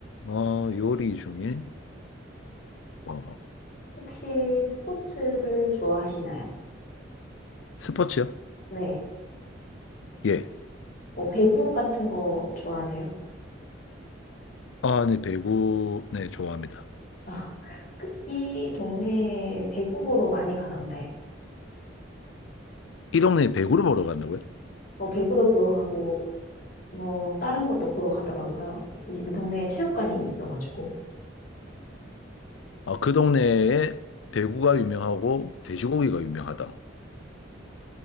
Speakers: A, on the left; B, on the left.
A: 어, 요리 중에 와
B: 혹시 스포츠를 좋아하시나요?
A: 스포츠요?
B: 네,
A: 예.
B: 뭐 배구 같은 거 좋아하세요?
A: 아, 네, 배구 네, 좋아합니다.
B: 아, 그이 동네에 배구 보러 많이 가던데,
A: 이 동네에 배구를 보러 간다고요?
B: 뭐 배구도 보러 가고, 뭐 다른 것도 보러 가더라고요. 이 동네에 체육관이 있어가지고.
A: 아, 그 동네에 배구가 유명하고 돼지고기가 유명하다.